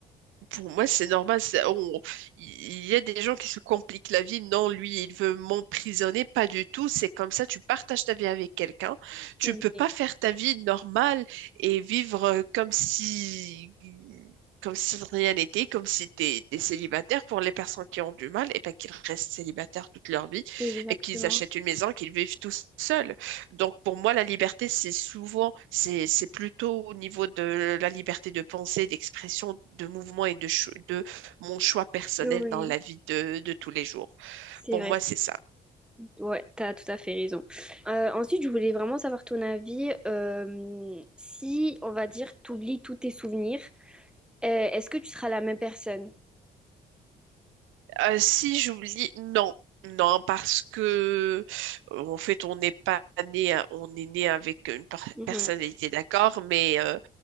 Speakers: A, on the right; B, in the centre.
A: Pour moi, c'est normal. c'est- on- Il y a des gens qui se compliquent la vie. Non, lui, il veut m'emprisonner. Pas du tout. C'est comme ça. Tu partages ta vie avec quelqu'un. Tu
B: Oui,
A: ne peux pas faire ta vie normale et vivre euh, comme si, comme si rien n'était, comme si tu étais célibataire. Pour les personnes qui ont du mal, et ben, qu'ils restent célibataires toute leur vie
B: exactement.
A: et qu'ils achètent une maison, qu'ils vivent tout seuls. Donc pour moi, la liberté, c'est souvent, c'est, c'est plutôt au niveau de la liberté de pensée, d'expression, de mouvement et de, cho- de mon choix personnel
B: Oui,
A: dans la vie de, de tous les jours.
B: c'est
A: Pour
B: vrai.
A: moi, c'est ça.
B: Ouais, t'as tout à fait raison. Euh, ensuite, je voulais vraiment savoir ton avis. euh, si, on va dire, t'oublies tous tes souvenirs, euh, est-ce que tu seras la même personne?
A: Euh, si j'oublie, non, non, parce que euh, en fait, on n'est pas né, à- on est né avec une per-
B: Mhm,
A: personnalité, d'accord, mais euh,